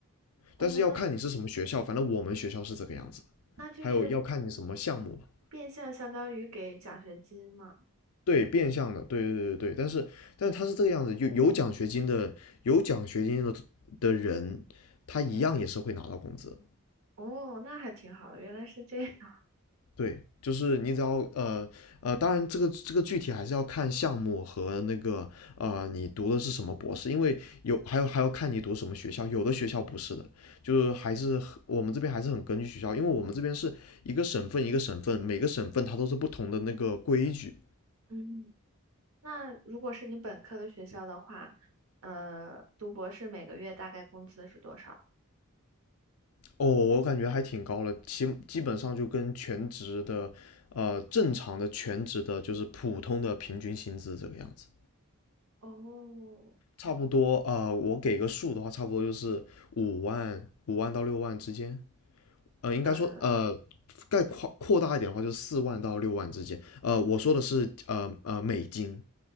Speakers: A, on the right; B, on the left.
A: 哦，
B: 但是要看你是什么学校，
A: 那
B: 反正我们学校是这个样子的
A: 那就是
B: 还有要看你什么项目吧。
A: 变相相当于给奖学金嘛。
B: 对，变相的，对对对对，但是但是他是这个样子，有有奖学金的，有奖学金的的人，他一样也是会拿到工资的
A: 哦，那还挺好的，原来是这样。<laughs>
B: 对，就是你只要呃呃，当然这个这个具体还是要看项目和那个呃你读的是什么博士，因为有还有还要看你读什么学校，有的学校不是的，就是还是很我们这边还是很根据学校，因为我们这边是一个省份一个省份，每个省份它都是不同的那个规矩。
A: 嗯。那如果是你本科的学校的话，呃，读博士每个月大概工资是多少？
B: 哦，我感觉还挺高了，基基本上就跟全职的呃正常的全职的就是普通的平均薪资这个样子。
A: 哦，
B: 差不多，呃，我给个数的话，差不多就是五万五万到六万之间，呃，应该说，
A: 呃，
B: 呃，概括扩大一点的话，就是四万到六万之间，呃，我说的是，呃呃，美金